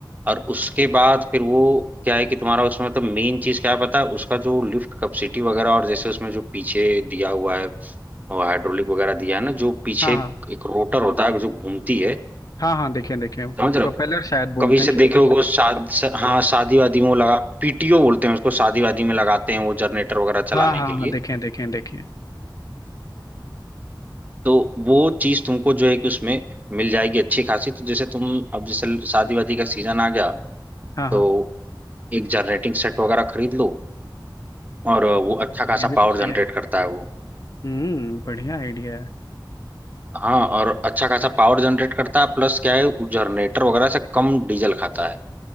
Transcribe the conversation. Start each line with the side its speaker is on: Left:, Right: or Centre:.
Right: और उसके बाद फिर वो क्या है कि तुम्हारा उसमें मतलब मेन चीज क्या है पता है उसका जो लिफ्ट कैपेसिटी वगैरह और जैसे उसमें जो पीछे दिया हुआ है और हाइड्रोलिक वगैरह दिया है ना जो पीछे
Left: हाँ हाँ
Right: एक रोटर होता है जो घूमती है
Left: हाँ हाँ देखें देखें
Right: समझ रहे
Left: प्रोपेलर
Right: हो
Left: शायद बोलते
Right: कभी से
Left: हैं क्या
Right: देखे
Left: उसको
Right: होगे वो शाद स- हाँ शादी वादी में वो लगा पीटीओ बोलते हैं उसको शादी वादी में लगाते हैं वो जनरेटर वगैरह चलाने
Left: हाँ हाँ
Right: के लिए
Left: हाँ देखें देखें देखें
Right: तो वो चीज तुमको जो है कि उसमें मिल जाएगी अच्छी खासी तो जैसे तुम अब जैसे शादी वादी का सीजन आ गया
Left: हाँ हाँ
Right: तो एक जनरेटिंग सेट वगैरह खरीद लो और वो
Left: हाँ,
Right: अच्छा खासा
Left: ये भी
Right: पावर
Left: तो सही
Right: जनरेट
Left: है
Right: करता है वो
Left: हम्म बढ़िया आइडिया है
Right: हाँ और अच्छा खासा पावर जनरेट करता है प्लस क्या है वो जनरेटर वगैरह से कम डीजल खाता है